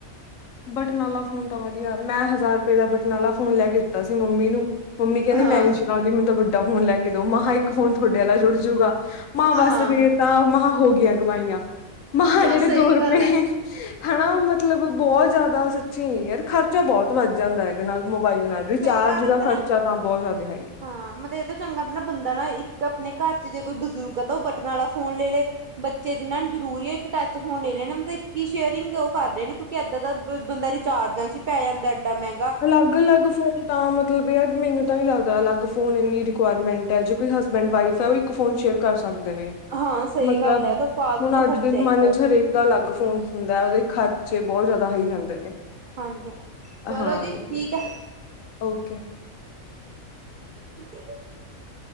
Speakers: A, on the left; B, on the right.
A: ਬਟਨ ਆਲਾ ਫੋਨ ਤਾਂ ਵਦੀਆ ਮੈਂ ਹਜ਼ਾਰ ਰੁਪਏ ਦਾ ਬਟਨ ਆਲਾ ਫੋਨ ਲੈ ਕੇ ਦਿੱਤਾ ਸੀ ਮੰਮੀ ਨੂੰ। ਮੰਮੀ ਕੈਂਦੀ
B: ਹਾਂ
A: ਮੈਂ ਨੀ ਚਲਾਂਦੀ ਮੈਨੂੰ ਤਾਂ ਵੱਡਾ ਫੋਨ ਲੈ ਕੇ ਦਓ ਮਹਾਂ ਇੱਕ ਫੋਨ ਥੋਡੇ ਆਲਾ ਜੁੜ ਜੂਗਾ। ਮਹਾਂ ਬਸ
B: ਹਾਂ
A: ਫੇਰ ਤਾਂ ਮਹਾਂ ਹੋ ਗੀਆਂ ਕਮਾਈਆਂ, ਮਹਾਂ
B: ਹਾਂ
A: ਜੇੜੇ
B: ਸਹੀ
A: ਦੋ ਰੁਪਏ
B: ਗੱਲ ਹੈ
A: ਹਨਾ ਮਤਲਬ ਬਹੁ ਜ਼ਾਦਾ ਸੱਚੀ ਯਾਰ ਖਰਚਾ ਬਹੁਤ ਵੱਧ ਜਾਂਦਾ ਐ। ਦੇ ਨਾਲ ਮੋਬਾਈਲ ਨਾਲ ਰਿਚਾਰਜ
B: ਸਹੀ ਗੱਲ ਆ
A: ਦਾ
B: ਮਤਲਬ
A: ਖਰਚਾ ਤਾਂ ਬਹੁ ਜ਼ਾਦੇ ਹਾਈ ਏ।
B: ਹਾਂ ਮਤਲਬ ਏ ਤੋ ਚੰਗਾ ਤਾਂ ਨਾ ਬੰਦਾ ਨਾ ਇੱਕ ਆਪਨੇ ਘਰ ਚ ਜੇ ਕੋਈ ਬਜ਼ੁਰਗ ਆ ਤਾਂ ਓ ਬਟਨ ਆਲਾ ਫੋਨ ਲੇ-ਲੇ। ਬੱਚੇ ਜਿਨਾਂ ਨੂੰ ਜ਼ਰੂਰੀ ਐ ਇੱਕ ਟੱਚ ਫੋਨ ਲੇ ਲੇਨ ਮਤਲਬ ਇੱਕ ਈ ਸ਼ੇਅਰਿੰਗ ਓਹ ਕਰ ਰਏ ਨੇ ਕਿਓਂਕਿ ਏਦਾਂ ਦਾ ਬੰਦਾ ਚਾਰਜਾਂ ਚ ਈ ਪੈ ਜਾਂਦਾ ਐਡਾ ਮੈਂਗ
A: ਅਲੱਗ‌-ਅਲੱਗ ਫੋਨ ਤਾਂ ਮਤਲਬ ਯਾਰ ਮੈਨੂੰ ਤਾਂ ਨੀ ਲੱਗਦਾ ਅਲੱਗ ਫੋਨ ਇੰਨੀ ਰਿਕੁਆਇਰਮੈਂਟ ਐ ਜੇ ਕੋਈ ਹਸਬੈਂਡ ਵਾਈਫ ਐ ਓ ਇਕ ਫੋਨ ਸ਼ੇਅਰ ਕਰ ਸਕਦੇ ਨੇ,
B: ਹਾਂ ਸਹੀ
A: ਮਤਲਬ
B: ਗੱਲ ਹੈ ਤਾਂ ਫਾਲਤੂ
A: ਹੁਨ
B: ਦਾ
A: ਅੱਜ
B: ਖਰਚਾ
A: ਦੇ ਜ਼ਮਾਨੇ
B: ਇੱਕ
A: ਚ ਹਰੇਕ ਦਾ ਅਲੱਗ ਫੋਨ ਹੁੰਦਾ ਓਦੇ ਖਰਚੇ ਬਹੁ ਜਾਦਾ ਹਾਈ ਜਾਂਦੇ ਨੇ।
B: ਹਾਂਜੀ ਹਾਂ, ਚਲੋ
A: ਹਾਂ
B: ਜੀ
A: ਇਹ
B: ਠੀਕ ਐ।
A: ਓਕੇ।
B: <inaudible>